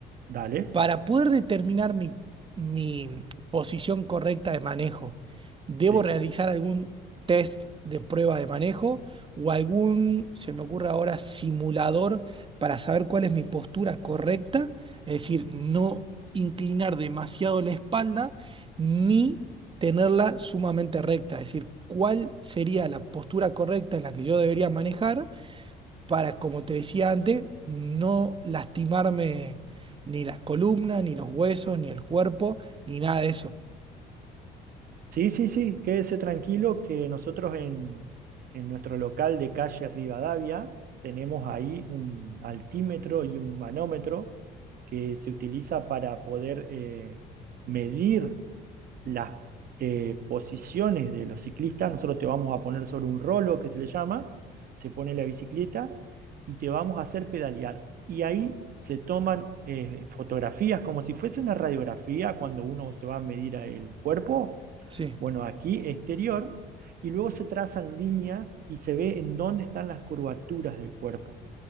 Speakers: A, on the right; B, on the right.
A: dale.
B: Para poder determinar mi, mi posición correcta de manejo, ¿debo
A: sí
B: realizar algún test de prueba de manejo o algún, se me ocurre ahora, simulador para saber cuál es mi postura correcta? Es decir, no inclinar demasiado la espalda ni tenerla sumamente recta. Es decir, ¿cuál sería la postura correcta en la que yo debería manejar? para, como te decía antes, no lastimarme ni las columnas, ni los huesos, ni el cuerpo, ni nada de eso.
A: Sí, sí, sí, quédese tranquilo que nosotros en, en nuestro local de calle Rivadavia tenemos ahí un altímetro y un manómetro que se utiliza para poder eh, medir las eh, posiciones de los ciclistas. Nosotros te vamos a poner sobre un rolo que se le llama, se pone la bicicleta y te vamos a hacer pedalear. Y ahí se toman eh, fotografías como si fuese una radiografía cuando uno se va a medir el cuerpo
B: Sí,
A: bueno, aquí exterior y luego se trazan líneas y se ve en dónde están las curvaturas del cuerpo.